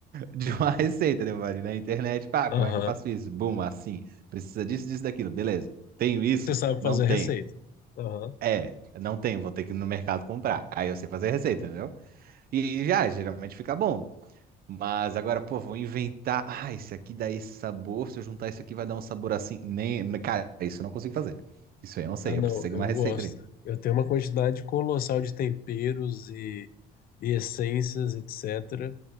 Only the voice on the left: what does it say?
Aham,
Você sabe
fazer
a receita. Aham.
Ah, não,
eu
gosto.
Eu tenho uma quantidade colossal de temperos e, e essências, etc.